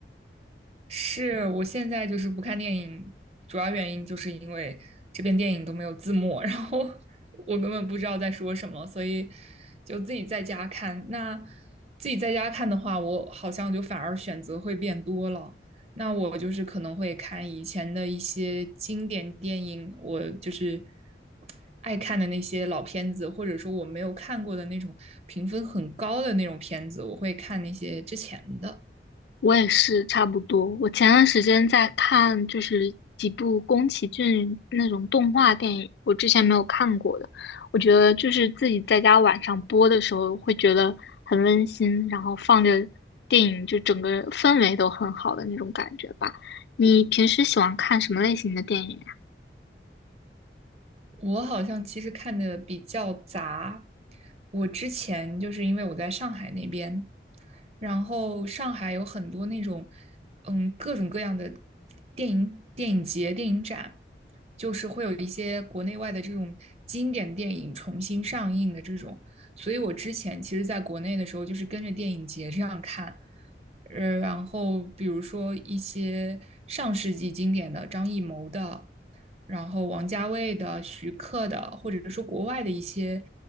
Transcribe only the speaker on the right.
是我现在就是不看电影，主要原因就是因为这边电影都没有字幕，然后 <laughs> 我根本不知道在说什么，所以就自己在家看。那自己在家看的话，我好像就反而选择会变多了。那我就是可能会看以前的一些经典电影，我就是爱看的那些老片子，或者说我没有看过的那种评分很高的那种片子，我会看那些之前的。
我好像其实看的比较杂。我之前就是因为我在上海那边，然后上海有很多那种嗯各种各样的电影电影节、电影展，就是会有一些国内外的这种经典电影重新上映的这种。所以我之前其实在国内的时候，就是跟着电影节这样看。呃，然后比如说一些上世纪经典的张艺谋的。然后王家卫的、徐克的，或者说国外的一些，